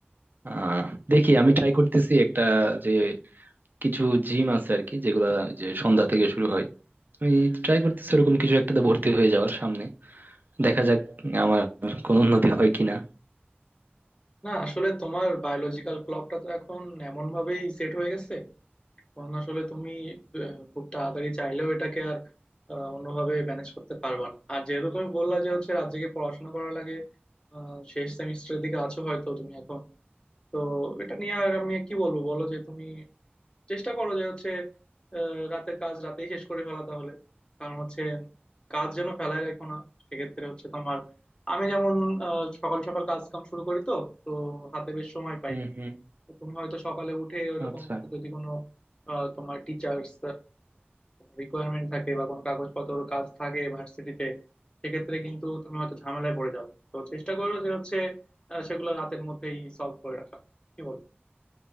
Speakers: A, on the right; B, on the left.
A: আহ দেখি আমি ট্রাই করতেছি একটা যে কিছু জিম আছে আর কি যেগুলা যে সন্ধ্যা থেকে শুরু হয় আমি ট্রাই করতেছি ওরকম কিছু একটাতে ভর্তি হয়ে যাওয়ার সামনে দেখা যাক আমার কোনো উন্নতি হয় কিনা
B: না আসলে তোমার বায়োলজিক্যাল ক্লকটা তো এখন এমন ভাবেই সেট হয়ে গেছে কারণ আসলে তুমি আহ, খুব তাড়াতাড়ি চাইলেও এটাকে আর আহ, অন্যভাবে ম্যানেজ করতে পারবা না আর যেহেতু তুমি বললা যে হচ্ছে রাত জেগে পড়াশোনা করা লাগে আহ, শেষ সেমিস্টারের দিকে আছো হয়তো তুমি এখন তো এটা নিয়ে আর আমি কি বলবো বলো যে তুমি চেষ্টা করো যে হচ্ছে আহ, রাতের কাজ রাতেই শেষ করে ফেলা তাহলে কারণ হচ্ছে কাজ যেন ফেলায় রেখো না সেক্ষেত্রে হচ্ছে তোমার আমি যেমন আহ, সকাল সকাল কাজ কাম শুরু করি তো তো হাতে বেশ সময় পাই
A: হুম হুম
B: তো তুমি হয়তো সকালে উঠে ওইরকম
A: আচ্ছা
B: যদি কোনো আহ, তোমার টিচার্স রিকোয়ারমেন্ট থাকে বা কোনো কাগজপত্র কাজ থাকে ভার্সিটিতে সেক্ষেত্রে কিন্তু তুমি হয়তো ঝামেলায় পড়ে যাও তো চেষ্টা করো যে হচ্ছে আহ, সেগুলো রাতের মধ্যেই সলভ করে রাখা কি বল